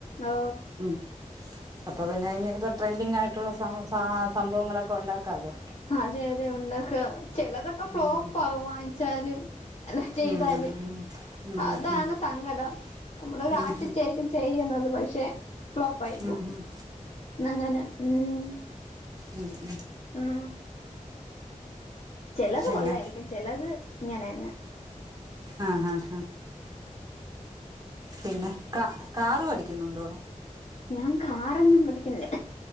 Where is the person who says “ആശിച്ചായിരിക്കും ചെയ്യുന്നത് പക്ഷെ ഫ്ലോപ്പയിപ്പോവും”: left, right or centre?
Left